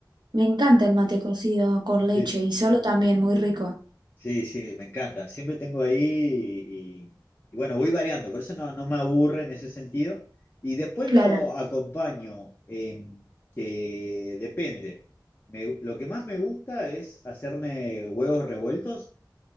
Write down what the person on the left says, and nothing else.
Sí,
sí, sí, me encanta. Siempre tengo ahí y, y- y bueno, voy variando, por eso no, no me aburre en ese sentido. Y después
lo acompaño, eh, que depende. Me- lo que más me gusta es hacerme huevos revueltos